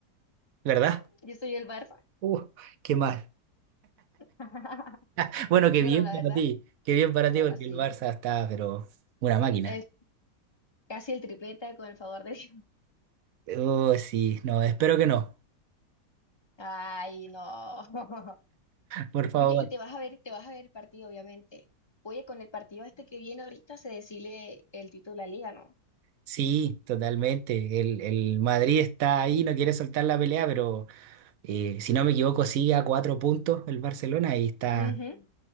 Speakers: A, on the right; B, on the left.
A: ¿verdad?
B: Yo soy el Barça.
A: Uh, qué mal.
B: <laughs>
A: <laughs> Bueno, qué
B: Bueno,
A: bien
B: la
A: para
B: verdad,
A: ti, qué bien para ti
B: bueno,
A: porque
B: sí.
A: el Barça está, pero una máquina.
B: El, casi el tripleta con el favor de Dios.
A: Oh, sí, no, espero que no,
B: Ay, no. <laughs>
A: por favor.
B: Oye, y te vas a ver, te vas a ver el partido, obviamente. Oye, con el partido este que viene ahorita se decide el título de la liga, ¿no?
A: Sí, totalmente. El, el Madrid está ahí, no quiere soltar la pelea, pero eh, si no me equivoco, sigue a cuatro puntos el Barcelona y está,
B: Ujú.